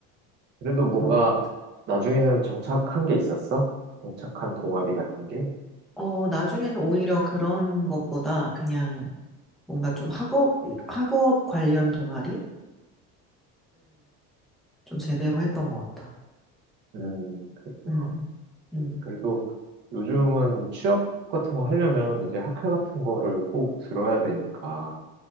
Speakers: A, on the right; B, in the centre.
A: 그래도 뭔가
B: 그런 것 같아.
A: 나중에는 정착한 게 있었어? 정착한 동아리 같은 게?
B: 어 나중에는 오히려 그런 것보다 그냥 뭔가 좀 학업, 학업 관련 동아리를 좀 제대로 했던 것 같아.
A: 음, 그랬구나.
B: 음, 음,
A: 음, 그래도 요즘은 취업 같은 거 하려면 이제 학회 같은 거를 꼭 들어야 되니까